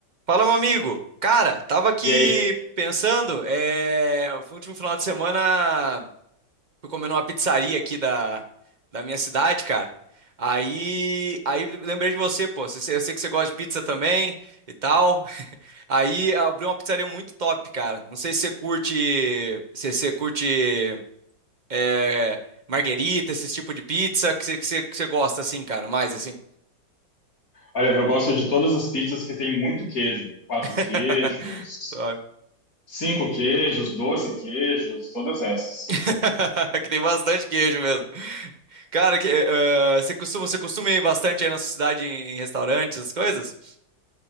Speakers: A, on the right (about 30°); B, on the left (about 50°).
A: Fala, meu amigo. Cara, tava aqui
B: E aí,
A: pensando, é... foi o último final de semana fui comer numa pizzaria aqui da, da minha cidade, cara. Aí, aí lembrei de você, pô. Você- Eu sei que você gosta de pizza também e tal. <laughs> Aí abriu uma pizzaria muito top, cara. Não sei se você curte, se você curte é... marguerita, esse tipo de pizza que você, que você, que você gosta assim, cara, mais assim.
B: olha, eu gosto de todas as pizzas que tem muito queijo. Quatro
A: <laughs>
B: queijos, cinco queijos, doze queijos, todas essas.
A: <laughs> Que tem bastante queijo mesmo. Cara, que, eh, eh, você costuma, você costuma ir bastante aí na sua cidade em, em restaurantes, essas coisas?